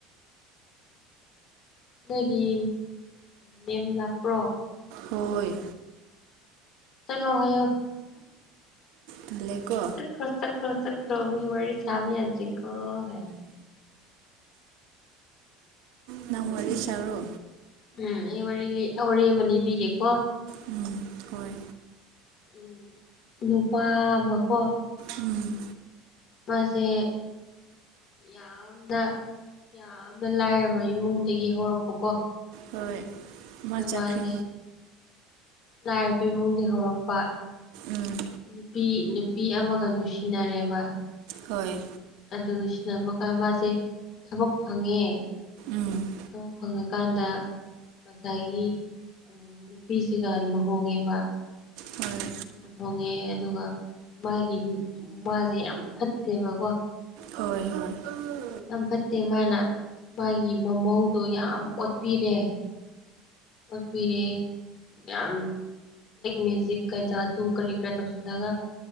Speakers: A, on the left; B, on the right.
A: ꯑꯗꯒꯤ ꯃꯦꯝ ꯂꯥꯛꯄ꯭ꯔꯣ
B: ꯍꯣꯏ
A: ꯆꯂꯣ ꯍꯥꯏꯌꯣ
B: ꯇꯜꯂꯦꯀꯣ
A: ꯆꯈ꯭ꯔꯣ ꯆꯈ꯭ꯔꯣ ꯆꯈ꯭ꯔꯣꯃꯤ ꯋꯥꯔꯤ ꯋꯥꯔꯤ ꯁꯥꯕ ꯌꯥꯗ꯭ꯔꯤꯀꯣ ꯍꯥꯏ
B: ꯅꯧꯋꯥꯔꯤ ꯆꯔꯣ
A: ꯎꯝ ꯑꯩ ꯋꯥꯔꯤ ꯋꯥꯔꯤ ꯑꯃ ꯂꯤꯕꯤꯒꯦꯀꯣ
B: ꯎꯝ ꯍꯣꯏ
A: ꯎꯝ ꯅꯨꯄꯥ ꯑꯃꯀꯣ
B: ꯎꯝ
A: ꯃꯥꯁꯦ ꯌꯥꯝꯅ ꯌꯥꯝꯅ ꯂꯥꯏꯔꯕ ꯏꯃꯨꯡꯗꯒꯤ ꯍꯧꯔꯛꯄꯀꯣ
B: ꯍꯣꯏ
A: ꯑꯗꯣ
B: ꯃꯥ ꯆꯠꯈ꯭ꯔꯦ
A: ꯃꯥꯁꯦ ꯅꯥꯔꯕꯄ ꯏꯃꯨꯡꯗꯤ ꯍꯧꯔꯛꯄ
B: ꯎꯝ
A: ꯅꯨꯄꯤ ꯅꯨꯄꯤ ꯑꯃꯒ ꯅꯨꯡꯁꯤꯅꯔꯦꯕ
B: ꯍꯣꯏ
A: ꯑꯗꯨꯗ ꯁꯤꯟꯅꯅꯕꯒ ꯃꯥꯁꯦ ꯊꯕꯛ ꯐꯪꯉꯦ
B: ꯎꯝ
A: ꯊꯕꯛ ꯐꯪꯉꯀꯥꯟꯗ ꯉꯁꯥꯏꯒꯤ ꯅꯨꯄꯤꯁꯤꯒ ꯂꯨꯍꯣꯡꯉꯦꯕ
B: ꯍꯣꯏ
A: ꯂꯨꯍꯣꯡꯉꯦ ꯑꯗꯨꯒ ꯃꯥꯒꯤ ꯃꯃꯥꯁꯦ ꯌꯥꯝ ꯐꯠꯇꯦꯕꯀꯣ
B: ꯍꯣꯏ ꯍꯣꯏ
A: ꯇꯝ ꯐꯠꯇꯦ ꯃꯥꯅ ꯃꯥꯒꯤ ꯃꯃꯧꯗꯣ ꯌꯥꯝ ꯑꯣꯠꯄꯤꯔꯦ ꯑꯣ ꯐꯅꯦ ꯌꯥꯝ ꯃꯖꯤꯛ ꯀꯩ ꯆ ꯇ ꯀꯔꯤ ꯀ ꯇꯧꯒ